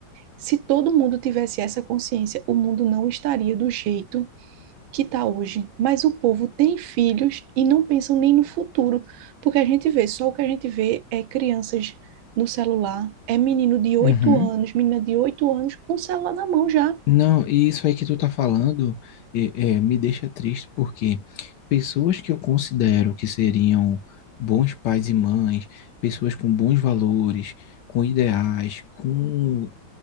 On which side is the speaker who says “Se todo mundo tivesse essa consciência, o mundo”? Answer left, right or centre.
Right